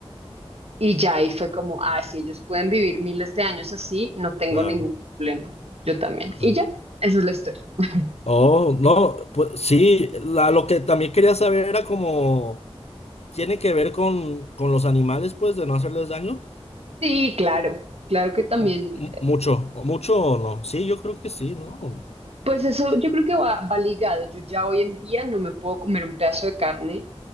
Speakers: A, on the right; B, on the left.
A: Y ya ahí fue como, ah, si ellos pueden vivir miles de años así, no tengo
B: Claro,
A: ningún problema. Yo también.
B: claro.
A: Y ya, esa es la historia. <laughs>
B: Oh, no, pues sí, la, lo que también quería saber era como, ¿tiene que ver con, con los animales, pues, de no hacerles daño?
A: Sí, claro, claro que también.
B: M- mu- mucho, o mucho o no. Sí, yo creo que sí, ¿no?
A: Pues eso yo creo que va, va ligado. Yo ya hoy en día no me puedo comer un pedazo de carne